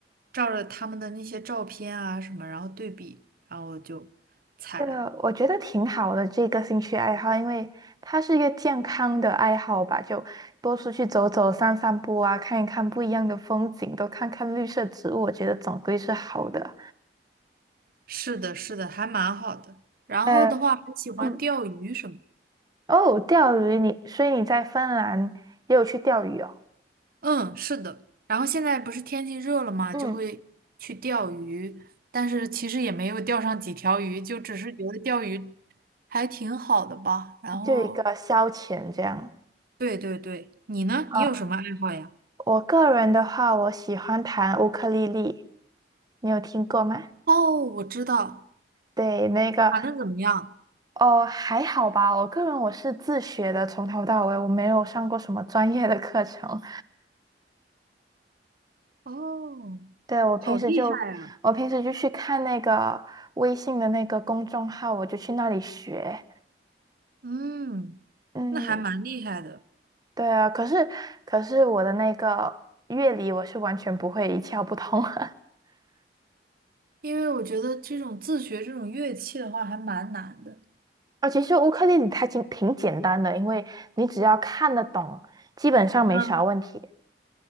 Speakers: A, on the right; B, on the right.
A: 照着他们的那些照片啊什么，然后对比，然后就采来。
B: 这个我觉得挺好的，这个兴趣爱好，因为它是一个健康的爱好吧，就多出去走走、散散步啊，看一看不一样的风景，多看看绿色植物，我觉得总归是好的。
A: 是的，是的，还蛮好的。然后的话，
B: 呃，
A: 还喜欢钓鱼什么。
B: 嗯。哦，钓鱼你，所以你在芬兰也有去钓鱼哦，
A: 嗯，是的。然后现在不是天气热了嘛，
B: 嗯，
A: 就会去钓鱼，但是其实也没有钓上几条鱼，就只是觉得钓鱼还挺好的吧。然后
B: 就一个消遣这样。
A: 对对对，你呢？
B: 啊，
A: 你有什么爱好呀？
B: 我个人的话，我喜欢弹乌克丽丽，你有听过吗？
A: 哦，我知道，
B: 对，那个
A: 弹的怎么样？
B: 哦，还好吧。我个人我是自学的，从头到尾我没有上过什么专业的课程。
A: 哦，
B: 对，我平时就我平时就去看那个微信的那个公众号，
A: 好厉害啊！
B: 我就去那里学。
A: 嗯，
B: 嗯，
A: 那还蛮厉害的。
B: 对啊，可是可是我的那个乐理我是完全不会，一窍不通。<laughs>
A: 因为我觉得这种自学这种乐器的话还蛮难的。
B: 啊，其实乌克丽丽它挺挺简单的，因为你只要看得懂，基本上没啥问题。
A: 嗯，